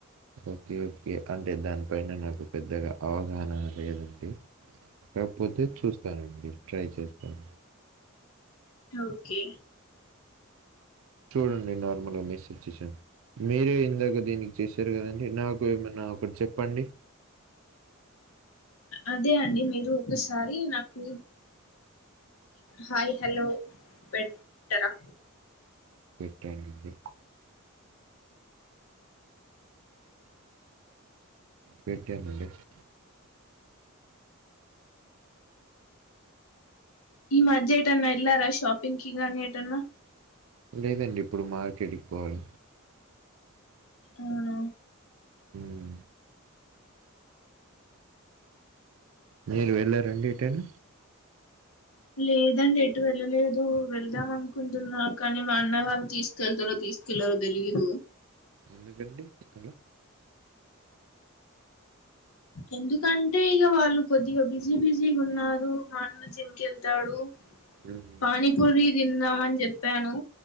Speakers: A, on the right (about 65°); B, on the left (about 70°).
A: ఓకే ఓకే అంటే దానిపైన నాకు పెద్దగా అవగాహన లేదండి కాకపోతే చూస్తానండి ట్రై చేస్తాను
B: ఓకే
A: చూడండి నార్మల్గా మెసేజ్ చేశాను మీరే ఇందాక దీనికి చేశారు కదండి నాకు ఏమనా ఒకటి చెప్పండి
B: అదే అండి మీరు ఒకసారి నాకు హాయ్ హలో పెట్టరా
A: పెట్టానండి వెయిట్ చేయండి నెక్స్ట్
B: ఈ మధ్య ఏటన్నా ఎల్లారా షాపింగ్ కి గాని ఏటన్నా
A: లేదండి ఇప్పుడు మార్కెట్ కి పోవాలి
B: అవునా
A: ఉమ్మ్ మీరు వెళ్ళారండి ఎటైనా
B: లేదండి ఎటు వెళ్ళలేదు వెళ్దాం అనుకుంటున్నా కానీ మా అన్నయ్య వాళ్ళు తీసుకెళ్తారో తీసుకెళ్లరో తెలియదు
A: ఎందుకండి అల
B: ఎందుకంటే ఇక వాళ్ళు కొద్దిగా బిజీ బిజీ గున్నారు మా అన్న జిమ్ కెళ్తాడు
A: హుహు.
B: పానీపూరి తిందామని చెప్పాను